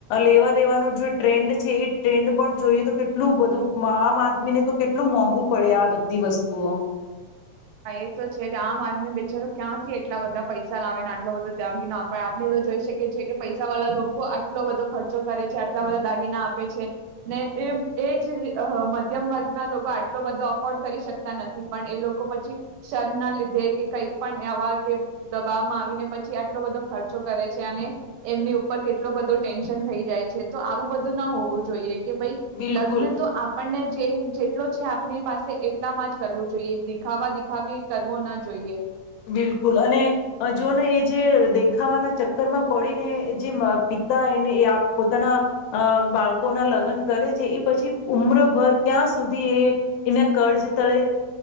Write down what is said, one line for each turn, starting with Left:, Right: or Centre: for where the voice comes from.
Left: લેવા દેવાનો જે ટ્રેન્ડ છે એ ટ્રેન્ડ પણ જોઈએ તો કેટલું બધું આમ આદમીને તો કેટલું મોંઘું પડે આ બધી વસ્તુઓ.
Right: હા એ તો છે આમ આદમી બેચારો ક્યાંથી એટલા બધા પૈસા લાવે ને આટલો બધો દાગીના આપે આપણે તો જોઈ શકીએ છીએ કે પૈસા વાળા લોકો આટલો બધો ખર્ચો કરે છે આટલા બધા દાગીના આપે છે ને એ એ જ મધ્યમ વર્ગના લોકો આટલો બધો અફોર્ડ કરી શકતા નથી પણ એ લોકો પછી શરમ ના લીધે કે કંઈક પણ આવા કે દબાવમાં આવીને પછી આટલો બધો ખર્ચો કરે છે અને એમની ઉપર કેટલો બધો ટેન્શન થઈ જાય છે તો આવું બધું ના હોવું જોઈએ. કે ભાઈ
Left: બિલકુલ
Right: લગ્ન તો આપણને જેટલો છે આપણી પાસે એટલામાં જ કરવો જોઈએ. ખાવા દિખાવી કરવો ના જોઈએ.
Left: બિલકુલ અને જોને એ જે દેખાવાના ચક્કરમાં પડીને જે પિતા એને એ પોતાના બાળકોના લગ્ન કરે છે એ પછી ઉમ્રભર ક્યાં સુધી એ એના કર્જ તળે